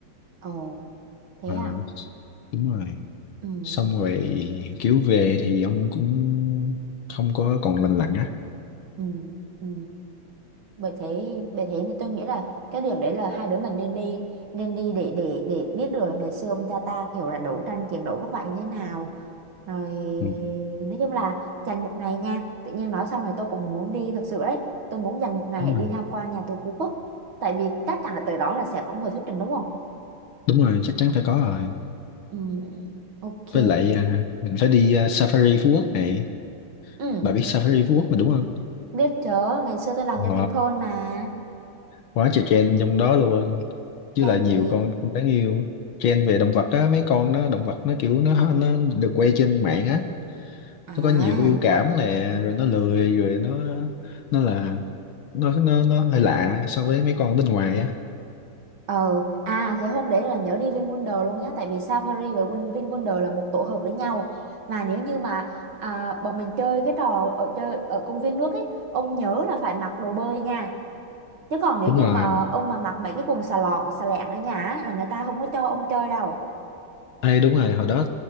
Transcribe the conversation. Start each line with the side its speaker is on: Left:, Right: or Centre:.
Right: Ồ thế
Left: Ờ,
Right: à
Left: đúng rồi
Right: ừ.
Left: xong rồi kiểu về thì ông cũng không có còn lành lặn á
Right: Ừ. Ừ. bởi thế bởi thế nên tôi nghĩ là cái điểm đấy là hai đứa mình nên đi nên đi để để để biết được là ngày xưa ông cha ta kiểu là đấu tranh chiến đấu các bạn như thế nào rồi
Left: ừ.
Right: nói chung là dành một ngày nha tự nhiên nói xong rồi tôi cũng muốn đi thật sự đấy tôi muốn dành một ngày
Left: Đúng
Right: để
Left: rồi
Right: đi tham quan nhà tù Phú Quốc tại vì chắc chắn là tới đó là sẽ có người thuyết trình đúng không
Left: Đúng rồi, chắc chắn phải có rồi
Right: ừ, ok
Left: với lại à, mình phải đi à, Safari Phú Quốc này
Right: ừ,
Left: bà biết Safari Phú Quốc mà đúng không
Right: biết chớ ngày xưa tôi làm
Left: ờ,
Right: cho Vinpearl mà
Left: quá trời trend trong đó luôn chứ
Right: tranh
Left: là nhiều
Right: gì
Left: con cũng đáng yêu trend về động vật á mấy con nó động vật nó kiểu nó nó được quay trên mạng á
Right: à
Left: nó có nhiều cái biểu cảm nè rồi nó lười rồi nó nó là nó nó nó hơi lạ so với mấy con ở bên ngoài á
Right: Ờ, à thế hôm đấy là nhớ đi VinWonder luôn nhé Tại vì Safari và Win, VinWonder là một tổ hợp với nhau Mà nếu như mà à, bọn mình chơi cái trò ở chơi ở công viên nước ấy Ông nhớ là phải mặc đồ bơi nha Chứ còn nếu
Left: đúng
Right: như
Left: rồi
Right: mà ông mà mặc mấy cái quần xà lọn, xà lẹn ở nhà á, là người ta không có cho ông chơi đâu
Left: Ê, đúng rồi hồi đó